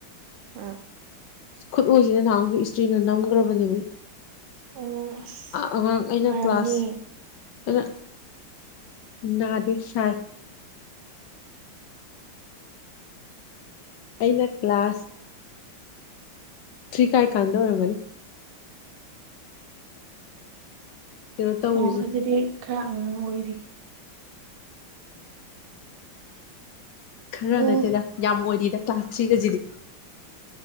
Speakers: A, on the right (about 85°); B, on the left (about 70°).
A: ꯑꯥ
B: ꯈꯨꯠꯂꯁꯤꯅ ꯅꯍꯥꯟꯁꯨ ꯏꯁꯇ꯭ꯔꯤꯅ ꯅꯝꯈ꯭ꯔꯕꯅꯦꯃꯤ
A: ꯅꯨꯡꯉꯥꯏꯔꯝꯅꯤ
B: ꯑꯉꯥꯡ ꯑꯩꯅ ꯀ꯭ꯂꯥꯁ ꯑ ꯅꯗ ꯁꯥꯏ ꯑꯩꯅ ꯀ꯭ꯂꯥꯁ ꯊ꯭ꯔꯤ ꯀꯥꯏ ꯀꯥꯟꯗ ꯑꯣꯏꯔꯝꯒꯅꯤ ꯀꯩꯅꯣ ꯇꯧꯔꯤꯁꯦ
A: ꯑꯣ ꯑꯗꯨꯗꯤ ꯈꯔ ꯑꯉꯥꯡ ꯑꯣꯏꯔꯤ
B: ꯈꯔ
A: ꯑꯣ
B: ꯅꯠꯇꯦꯗ ꯌꯥꯝ ꯑꯣꯏꯔꯤꯗ ꯀ꯭ꯂꯥꯁ ꯊ꯭ꯔꯤꯒꯁꯤꯗꯤ